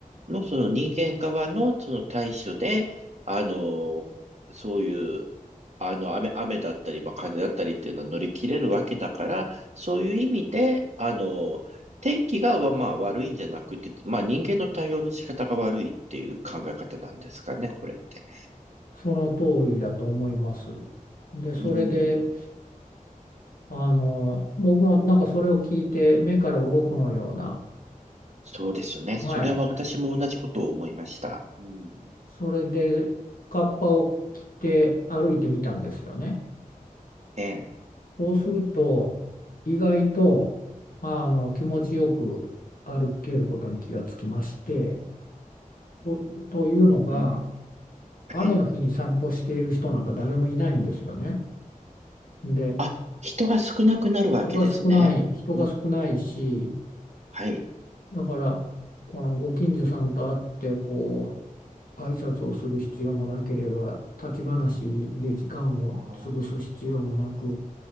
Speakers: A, on the right; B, on the left.
A: の、その人間側のその対処で、あの、そういう、あの、雨、雨だったり、まあ、風だったりっていうのは乗り切れるわけだから、そういう意味で、あの、天気が、まあ、悪いんじゃなくて、まあ、人間の対応の仕方が悪いっていう考え方なんですかね、これって。
B: その通りだと思います。で、それで、
A: うん。
B: あの、僕もなんかそれを聞いて、目から鱗のような、
A: そうですね。それは私も同じことを思いました。
B: はい、
A: うん。
B: それで、カッパを着て歩いてみたんですよね。
A: ええ。
B: そうすると、意外と、あの、気持ちよく歩けることに気がつきまして、と、というのが、
A: うん。
B: 雨の日に散歩している人なんか誰もいないんですよね。
A: はい。
B: で、
A: あ、人が少なくなるわけですね。
B: 人が少ない、人が少ないし、
A: うん。はい。
B: だからこのご近所さんと会ってこう挨拶をする必要もなければ立ち話で時間を潰す必要もなく
A: ああ、